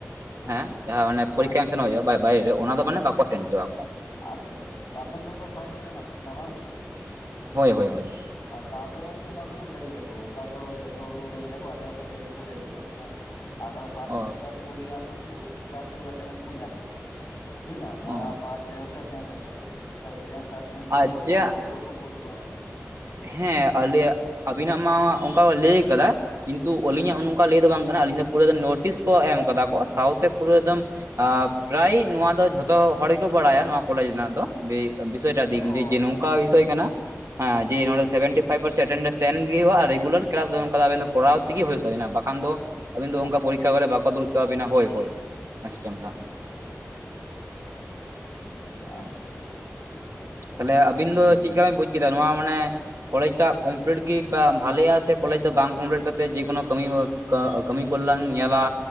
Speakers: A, on the right (about 75°); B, on the left (about 65°).
A: ᱦᱮᱸ
B: ᱦᱮᱸ
A: ᱯᱚᱨᱤᱠᱠᱷᱟ ᱮᱢ ᱥᱮᱱᱚᱜ ᱦᱩᱭᱩᱜᱼᱟ ᱵᱟᱭ ᱵᱟᱭᱨᱮ ᱨᱮ ᱚᱱᱟ ᱫᱚ ᱢᱟᱱᱮ ᱵᱟᱠᱚ ᱥᱮᱱ ᱦᱚᱪᱚ ᱟᱠᱚ
B: ᱟᱪᱪᱷᱟ ᱟᱪᱪᱷᱟ ᱟᱵᱮᱱ ᱛᱚ ᱯᱷᱟᱥᱴ ᱨᱮ ᱢᱮᱱᱟᱜ ᱛᱟᱵᱮᱱᱟ ᱵᱟᱝ ᱥᱮ?
A: ᱦᱳᱭ ᱦᱳᱭ ᱦᱳᱭ
B: ᱛᱟᱦᱚᱞᱮ ᱜᱚᱝᱠᱮ ᱚᱱᱟ ᱫᱚᱠᱚ ᱞᱟᱹᱭ ᱜᱮᱭᱟᱠᱚ ᱚᱱᱠᱟ ᱫᱚ ᱡᱚᱛᱚ ᱜᱮᱠᱚ ᱞᱟᱹᱭᱟ ᱠᱚ ᱟᱞᱮ ᱦᱚᱸᱠᱚ ᱞᱟᱹᱭ ᱞᱮ ᱞᱟᱹᱭ ᱞᱮᱭᱟ ᱠᱚ ᱦᱮᱸᱥᱮ ᱟᱨ ᱚᱱᱟᱫᱚ ᱯᱷᱟᱥᱴ
A: ᱚ
B: ᱥᱮᱢᱮᱥᱴᱟᱨ ᱴᱩ ᱤᱭᱟᱫᱩᱠᱩ ᱜᱮᱞᱟᱥ ᱫᱚᱠᱩ ᱧᱮᱞᱟᱫᱟᱠᱚ, ᱵᱩᱡ ᱫᱟᱢ
A: ᱚ
B: ᱚᱱᱟ ᱯᱷᱟᱥᱴ ᱥᱮᱢᱮᱥᱴᱟᱨ ᱥᱮᱠᱮᱱ ᱥᱮᱢᱮᱥᱴᱟᱨ ᱜᱮ ᱥᱮᱠᱮᱱ ᱛᱷᱟᱰ ᱥᱮᱢᱮᱥᱴᱟᱨ
A: ᱟᱪᱪᱷᱟ
B: ᱫᱚ ᱵᱟᱠᱚ ᱜᱩ ᱼᱼ ᱛᱳᱭᱟᱠᱚ
A: ᱦᱮᱸ ᱟᱞᱮᱭᱟᱜ ᱟᱵᱤᱱᱟᱜ ᱢᱟ ᱚᱱᱠᱟ ᱞᱟᱹᱭ ᱠᱟᱫᱟ ᱠᱤᱱᱛᱩ ᱟᱹᱞᱤᱧᱟᱜ
B: ᱦᱮᱸ
A: ᱱᱚᱝᱠᱟ ᱞᱟᱹᱭ ᱫᱚ ᱵᱟᱝ ᱠᱟᱱᱟ ᱟᱹᱞᱤᱧ ᱫᱚ ᱯᱩᱨᱟᱹ ᱱᱳᱴᱤᱥ ᱠᱚ ᱮᱢ ᱠᱟᱫᱟ ᱠᱚ ᱥᱟᱶᱛᱮ ᱯᱩᱨᱟᱹ ᱮᱫᱚᱢ ᱯᱨᱟᱭ ᱱᱚᱣᱟ ᱫᱚ ᱡᱷᱚᱛᱚ ᱦᱚᱲ ᱜᱮᱠᱚ ᱵᱟᱲᱟᱭᱟ ᱱᱚᱣᱟ ᱠᱚᱞᱮᱡᱽ ᱨᱮᱱᱟᱜ ᱫᱚ ᱵᱤᱥᱚᱭᱴᱟ ᱫᱤᱠ
B: ᱚ
A: ᱫᱤᱭᱮ ᱡᱮ
B: ᱟᱪᱪᱷᱟ
A: ᱱᱩᱝ
B: ᱟᱪᱪᱷᱟ
A: ᱼᱼ ᱠᱟ
B: ᱟᱪᱪᱷᱟ
A: ᱵᱤᱥᱚᱭ ᱠᱟᱱᱟ
B: ᱦᱮᱸ
A: ᱦᱮᱸ ᱡᱮ ᱱᱚᱰᱮ ᱥᱮᱵᱷᱮᱱᱴᱤ
B: ᱟᱪᱪᱷᱟ
A: ᱯᱷᱟᱭᱤᱯ ᱯᱟᱨᱥᱮᱱ ᱮᱴᱮᱱᱰᱮᱱᱥ ᱛᱟᱦᱮᱱ ᱜᱮ ᱦᱩᱭᱩᱜᱼᱟ ᱨᱮᱜᱩᱞᱟᱨ ᱠᱞᱟᱥ
B: ᱟᱪᱪᱷᱟ
A: ᱫᱚ ᱚᱱᱠᱟ ᱫᱚ ᱟᱵᱮᱱ ᱫᱚ ᱠᱚᱨᱟᱣ ᱴᱷᱤᱠ ᱜᱤ ᱦᱩᱭᱩᱜ ᱛᱟᱵᱤᱱᱟ ᱵᱟᱠᱷᱟᱱ ᱫᱚ ᱟᱹᱵᱤᱱ ᱫᱚ ᱚᱱᱠᱟ
B: ᱟᱪᱪᱷᱟ
A: ᱯᱚᱨᱤᱠᱠᱷᱟ ᱠᱚᱨᱮ ᱵᱟᱠᱚ ᱫᱩᱵᱪᱚᱣᱟᱵᱮᱱᱟ ᱦᱳᱭ ᱦᱳᱭ ᱚᱱᱟ ᱥᱤᱥᱴᱮᱢ
B: ᱦᱮᱸ
A: ᱴᱟᱜ ᱦᱩᱸ
B: ᱟᱪᱪᱷᱟ ᱟᱪᱪᱷᱟ
A: ᱾ ᱛᱟᱦᱚᱞᱮ ᱟᱹᱵᱤᱱ
B: ᱦᱮᱸ
A: ᱫᱚ ᱪᱮᱫᱠᱟ ᱵᱤᱱ ᱵᱩᱡ ᱠᱮᱫᱟ ᱱᱚᱣᱟ ᱢᱟᱱᱮ ᱠᱚᱞᱮᱡᱽᱴᱟᱜ ᱠᱚᱢᱯᱞᱤᱴ ᱜᱮ ᱵᱷᱟᱞᱮᱜᱼᱟ ᱥᱮ ᱠᱚᱞᱮᱡᱽ ᱫᱚ ᱵᱟᱝ ᱠᱚᱢᱯᱞᱤᱴ ᱠᱟᱛᱮ ᱡᱮᱳᱱᱳ ᱠᱟᱹᱢᱤᱼ ᱠᱟᱹᱢᱤ ᱠᱚᱞᱟᱝ ᱧᱮᱞᱟ